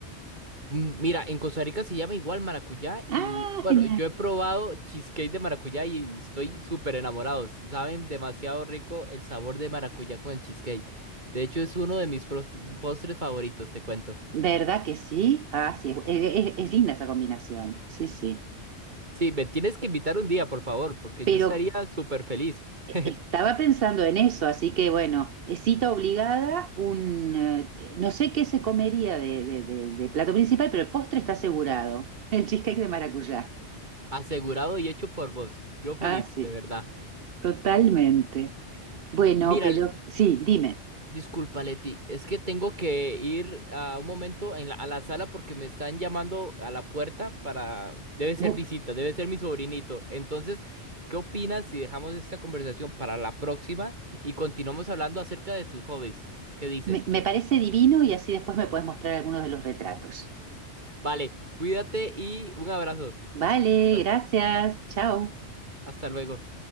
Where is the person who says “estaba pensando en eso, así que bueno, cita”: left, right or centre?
Right